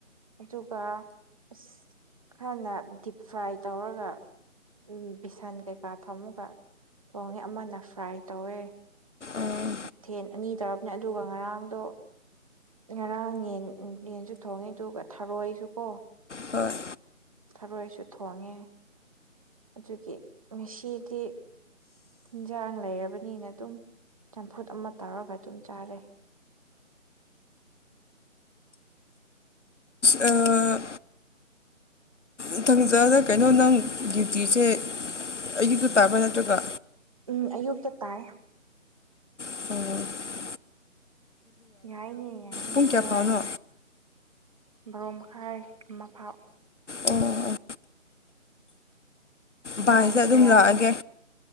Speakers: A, on the right; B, on the left.
A: ꯑꯗꯨꯒꯥ ꯎꯁ ꯈꯔꯅ ꯗꯤꯞ ꯐ꯭ꯔꯥꯏ ꯇꯧꯔꯒ ꯎꯝ ꯕꯤꯁꯟ ꯀꯩꯀꯥ ꯊꯝꯃꯒ ꯊꯣꯡꯉꯦ ꯑꯃꯅ ꯐ꯭ꯔꯥꯏ ꯇꯧꯋꯦ
B: ꯑꯣ
A: ꯃꯊꯦꯜ ꯑꯅꯤ ꯇꯧꯔꯕꯅꯦ ꯑꯗꯨꯒ ꯉꯔꯥꯡꯗꯣ ꯉꯔꯥꯡ ꯌꯦꯟ ꯎꯝ ꯌꯦꯟꯁꯨ ꯊꯣꯡꯉꯦ ꯑꯗꯨꯒ ꯊꯥꯔꯣꯏꯁꯨ ꯀꯣ
B: ꯍꯣꯏ
A: ꯊꯔꯣꯏꯁꯨ ꯊꯣꯡꯉꯦ ꯑꯗꯨꯒꯤ ꯉꯁꯤꯗꯤ ꯏꯤꯟꯖꯥꯡ ꯂꯩꯔꯕꯅꯤꯅ ꯑꯗꯨꯝ ꯆꯝꯐꯨꯠ ꯑꯃ ꯇꯧꯔꯒ ꯑꯗꯨꯝ ꯆꯥꯔꯦ
B: ꯑ ꯏꯊꯪꯖꯗ ꯀꯩꯅꯣ ꯅꯪ ꯗ꯭ꯌꯨꯇꯤꯁꯦ ꯑꯌꯨꯛꯇ ꯇꯥꯕ ꯅꯠꯇ꯭ꯔꯒ
A: ꯎꯝ ꯑꯌꯨꯛꯇ ꯇꯥꯏ
B: ꯎꯝ
A: ꯌꯥꯏꯅꯦ ꯌꯥꯏꯅꯦ
B: ꯄꯨꯡ ꯀꯌꯥ
A: ꯍꯣꯏ
B: ꯐꯥꯎꯅꯣ
A: ꯕꯥꯔꯣ ꯃꯈꯥꯏ ꯑꯃ ꯐꯥꯎ
B: ꯑꯣ ꯑꯣ ꯕꯥꯏꯁꯤꯗ
A: ꯌꯥꯏꯑꯦ
B: ꯑꯗꯨꯝ
A: ꯌꯥꯏꯌꯦ
B: ꯂꯥꯛꯑꯒꯦ